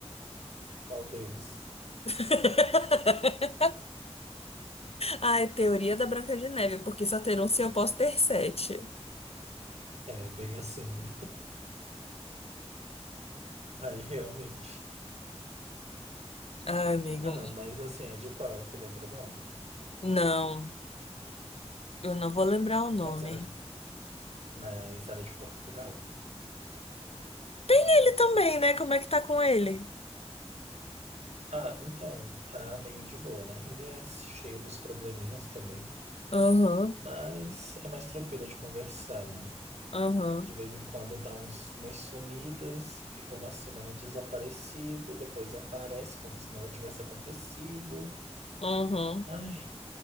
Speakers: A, on the right (about 80°); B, on the left (about 65°).
A: Qual deles?
B: <laughs> Ai, teoria da Branca de Neve, porque só ter um se eu posso ter sete.
A: É bem assim. Aí realmente.
B: Ai, amigo,
A: Ah, mas assim, é de qual? Tu lembra o nome?
B: não, eu não vou lembrar o nome.
A: Mas era, mas era de Portugal.
B: Ele também, né? Como é que tá com ele?
A: Ah, então, tá meio de boa, né? Ele é cheio dos probleminhas também,
B: Aham,
A: mas é mais tranquilo de conversar, né?
B: aham,
A: De vez em quando dá uns, umas sumidas, fica uma semana desaparecido, depois aparece como se nada tivesse acontecido.
B: aham.
A: Ai,